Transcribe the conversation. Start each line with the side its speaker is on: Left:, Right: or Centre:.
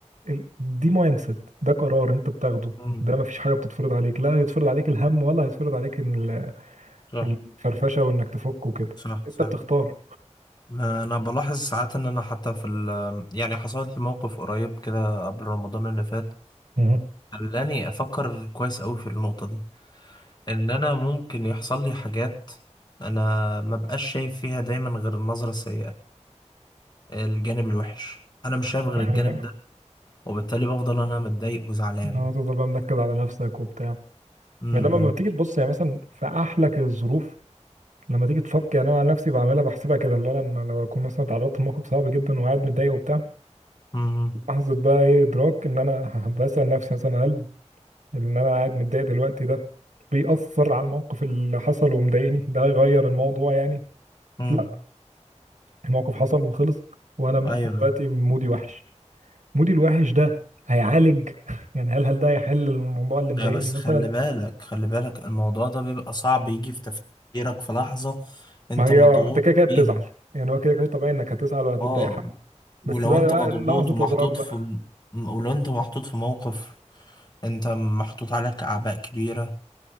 Right: ال- دي مايند سيت ده قرار انت بتاخده
Left: امم
Right: ده مفيش حاجه بتتفرض عليك لا يتفرض عليك الهم ولا هيتفرض عليك إن ال-
Left: صح
Right: الفرفشه وانك تفك وكده
Left: صح
Right: انت
Left: صح
Right: بتختار
Left: ما انا بلاحظ ساعات ان انا حتى في ال يعني حصلت لي موقف قريب كده قبل رمضان اللي فات
Right: مهم.
Left: خلاني افكر كويس قوي في النقطة دي ان انا ممكن يحصل لي حاجات انا ما بقاش شايف فيها دايما غير النظرة السيئة الجانب الوحش انا مش شايف غير
Right: دي
Left: الجانب
Right: حقيقة
Left: ده وبالتالي بفضل انا متضايق وزعلان
Right: اه تفضل بقى منكد على نفسك وبتاع
Left: امم
Right: بينما لما بتيجي تبص يعني مثلا في احلك الظروف لما تيجي تفك يعني انا عن نفسي بعملها بحسبها كده اللي هو لما لو اكون مثلا اتعرضت لموقف صعب جدا وقاعد متضايق وبتاع
Left: امم
Right: لحظه بقى ايه ادراك ان انا <laughs> بسال نفسي مثلا هل ان انا قاعد متضايق دلوقتي ده بيأثر على الموقف اللي حصل ومضايقني ده هيغير الموضوع يعني
Left: امم
Right: لا الموقف حصل وخلص وانا
Left: ايوه
Right: دلوقتي
Left: أيوة.
Right: مودي وحش مودي الوحش ده هيعالج <laughs> يعني هل هل ده هيحل الموضوع اللي مضايقني
Left: لا بس
Right: مثلا
Left: خلي بالك خلي بالك الموضوع ده بيبقى صعب يجي في تفكيرك في لحظة انت
Right: ما هي
Left: مضغوط
Right: آه، انت كده كده بتزعل
Left: فيها
Right: يعني هو كده كده طبيعي انك هتزعل وهتتضايق
Left: اه
Right: حب
Left: ولو
Right: بس بقى
Left: انت
Right: بقى
Left: مضغوط
Right: لحظة
Left: ومحطوط
Right: ادراك بقى
Left: في م- ولو انت محطوط في موقف انت محطوط عليك اعباء كبيرة